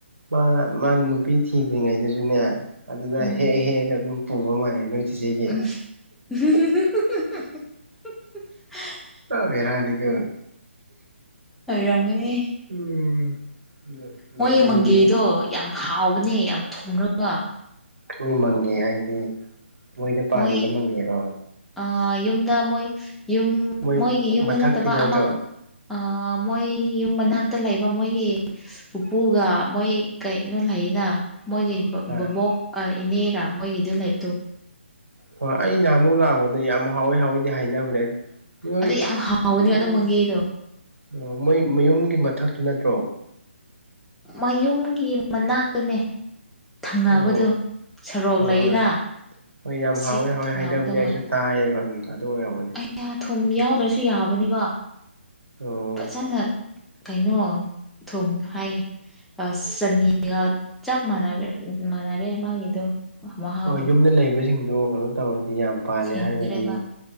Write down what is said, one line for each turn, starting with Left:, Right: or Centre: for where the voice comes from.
Right: ꯃꯥ ꯃꯥꯅ ꯅꯨꯄꯤ ꯊꯤꯗ꯭ꯔꯤꯉꯩꯗꯁꯨꯅꯦ ꯑꯗꯨꯗ
Centre: ꯎꯝ
Right: ꯍꯦꯛ ꯍꯦꯛꯑꯒ ꯑꯗꯨꯝ ꯄꯨꯕ ꯃꯥꯜꯂꯦ ꯅꯣꯏ ꯆꯦꯆꯦ ꯒꯤ
Centre: <inaudible>
Right: ꯑ ꯕꯤꯔꯥꯅꯤꯒ <inaudible>
Centre: ꯑꯣꯏꯔꯝꯒꯅꯤ
Right: ꯎꯝ
Centre: ꯃꯣꯏ
Right: ꯅꯣꯛꯅꯤꯡꯉꯤꯗ
Centre: ꯃꯪꯒꯦꯗꯣ ꯌꯥꯝ ꯍꯥꯎꯕꯅꯦ ꯌꯥꯝ ꯊꯨꯝꯂꯒ
Right: ꯃꯣꯏ ꯃꯪꯒꯦ ꯍꯥꯏꯗꯤ ꯃꯣꯏꯗ ꯄꯥꯟꯕ
Centre: ꯃꯣꯏ
Right: ꯃꯪꯒꯦꯔꯣ
Centre: ꯑ ꯌꯨꯝꯗ ꯃꯣꯏ ꯌꯨꯝ
Right: ꯃꯣꯏ
Centre: ꯃꯣꯏꯒꯤ ꯌꯨꯝꯗ
Right: ꯃꯊꯛꯀꯤꯗꯣ
Centre: ꯅꯠꯇꯕ
Right: ꯅꯠꯇ꯭ꯔꯣ
Centre: ꯑꯃ ꯑ ꯃꯣꯏ ꯌꯨꯝ ꯃꯅꯥꯛꯇ ꯂꯩꯕ ꯃꯣꯏꯒꯤ ꯄꯨꯄꯨꯒ ꯃꯣꯏ ꯀꯔꯤꯅꯣ ꯂꯩꯅ ꯃꯣꯏꯒꯤ
Right: ꯑ
Centre: ꯕꯨꯕꯣꯛ ꯏꯅꯦꯔꯥ ꯃꯣꯏꯒꯤꯗ ꯂꯩꯕꯗꯣ
Right: ꯍꯣꯏ ꯑꯩ ꯅꯍꯥꯟꯃꯨꯛ ꯂꯥꯛꯄꯗ ꯌꯥꯝ ꯍꯥꯎꯋꯦ ꯍꯥꯎꯋꯦꯗꯤ ꯍꯥꯏꯅꯕꯅꯦ ꯅꯣꯏ
Centre: ꯑꯗꯨ ꯌꯥꯝ ꯍꯥꯎꯕꯅꯦ ꯑꯗꯣ ꯃꯪꯒꯦꯗꯣ
Right: ꯑꯣ ꯃꯣꯏ ꯃꯌꯨꯝꯒꯤ ꯃꯊꯛꯇꯨ ꯅꯠꯇ꯭ꯔꯣ
Centre: ꯃꯌꯨꯝꯒꯤ ꯃꯅꯥꯛꯇꯅꯦ ꯊꯪꯅꯕꯗꯣ
Right: ꯑꯣ
Centre: ꯁꯔꯣꯛ
Right: ꯍꯣꯏ
Centre: ꯂꯩꯌꯦꯅ
Right: ꯍꯣꯏ ꯌꯥꯝ
Centre: ꯁꯤ
Right: ꯍꯥꯎꯋꯦ ꯍꯥꯎꯋꯦ
Centre: ꯊꯪꯅꯕꯗꯣ
Right: ꯍꯥꯏꯅꯕꯗꯤ ꯑꯩꯁꯨ
Centre: ꯍꯣꯏ
Right: ꯇꯥꯏꯌꯦꯕ ꯑꯗꯨ ꯑꯣꯏꯔꯝꯒꯅꯤ
Centre: ꯀꯌꯥ ꯊꯨꯝ ꯌꯥꯎꯗ꯭ꯔꯁꯨ ꯌꯥꯕꯅꯦꯕ
Right: ꯑꯣ
Centre: ꯐꯖꯅ ꯀꯩꯅꯣ ꯊꯨꯝ ꯍꯥꯏꯌꯦ ꯑ ꯆꯅꯤꯒ ꯆꯞ ꯃꯥꯟ ꯃꯥꯟꯅꯔꯦ ꯃꯥꯒꯤꯗꯣ ꯃꯍꯥꯎꯗꯣ
Right: ꯍꯣꯏ ꯌꯨꯝꯗ ꯂꯩꯕꯁꯤꯡꯗꯨ ꯀꯩꯅꯣ ꯇꯧꯔꯗꯤ ꯌꯥꯝ ꯄꯥꯜꯂꯦ
Centre: ꯁꯤꯟꯗ꯭ꯔꯦꯕ
Right: ꯍꯥꯏꯔꯒꯗꯤ